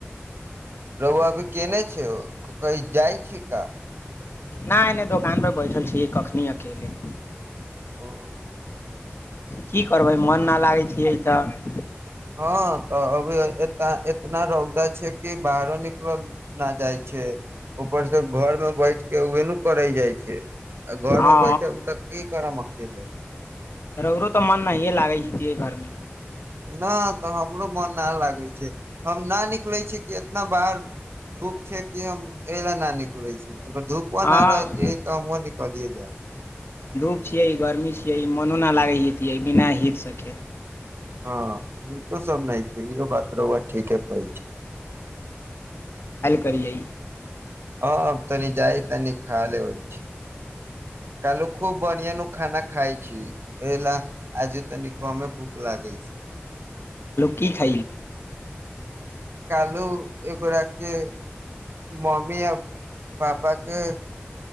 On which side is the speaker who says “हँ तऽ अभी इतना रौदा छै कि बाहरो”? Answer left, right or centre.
Right